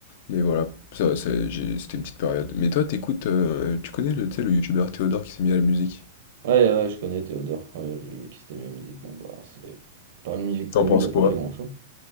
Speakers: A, on the left (about 50°); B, on the right (about 65°).
A: Mais voilà, ça, ça, j'ai- c'était une petite période. Mais toi, t'écoutes, euh, tu connais le, tu sais, le youtubeur Théodore qui s'est mis à la musique?
B: Ouais, ouais, je connais Théodore. Ouais, j'ai vu qu'il s'était mis à la musique. Bon, bah, c'est. À part une musique connue,
A: T'en penses
B: il a
A: quoi?
B: pas fait grand-chose.